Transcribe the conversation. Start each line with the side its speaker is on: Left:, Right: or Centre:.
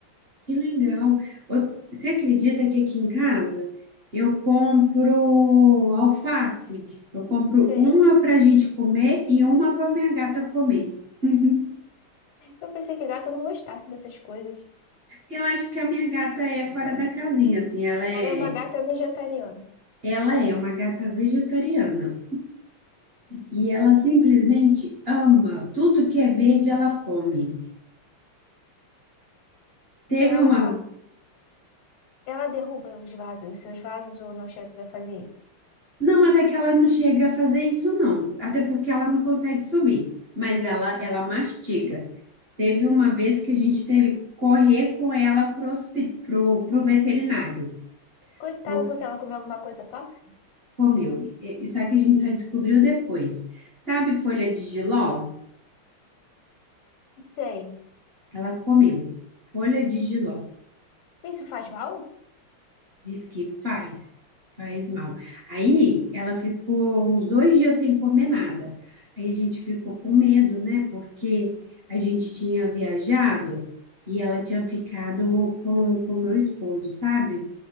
Right: Que legal. Ô, Você acredita que aqui em casa eu compro alface? Eu compro
Left: Sei.
Right: uma para a gente comer e uma para minha gata comer. <laughs>
Left: Eu pensei que gato não gostasse dessas coisas.
Right: Eu acho que a minha gata é fora da casinha, assim, ela é,
Left: Ela é uma gata vegetariana.
Right: ela é uma gata vegetariana. E ela simplesmente ama. Tudo que é verde, ela come. Teve
Left: Ela,
Right: uma.
Left: ela derruba os vasos, os seus vasos ou não chega a fazer isso?
Right: Não, até que ela não chega a fazer isso, não. Até porque ela não consegue subir. Mas ela, ela mastiga. Teve uma vez que a gente teve que correr com ela pro, hospi- pro, pro veterinário.
Left: Coitado
Right: Por-
Left: porque ela comeu alguma coisa tóxica?
Right: Comeu. E- Isso aqui a gente só descobriu depois. Sabe folha de jiló?
Left: Sei.
Right: Ela comeu. Folha de jiló.
Left: Isso faz mal?
Right: Diz que faz, faz mal. Aí ela ficou uns dois dias sem comer nada. Aí a gente ficou com medo, né? Porque a gente tinha viajado e ela tinha ficado com o meu esposo, sabe?